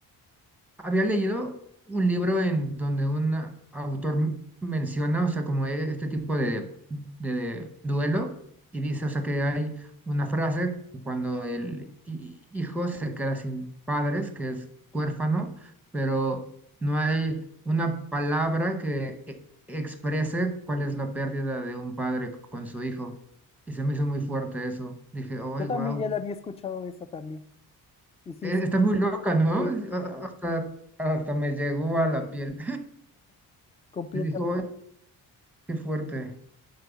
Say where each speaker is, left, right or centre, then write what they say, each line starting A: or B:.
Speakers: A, in the centre; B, on the left.
A: Había leído un libro en donde un autor m- menciona, o sea, como e- este tipo de, de- de duelo y dice, o sea, que hay una frase cuando el hi- hijo se queda sin padres, que es huérfano, pero no hay una palabra que e- exprese cuál es la pérdida de un padre con su hijo. Y se me hizo muy fuerte eso. Dije, oh,
B: Yo también
A: wow,
B: ya la había escuchado esa también. Y sí,
A: está
B: sí,
A: muy loca, ¿no?
B: sí,
A: O- o- Hasta, hasta me llegó a la piel.
B: completamente.
A: y dijo "Ay, qué fuerte.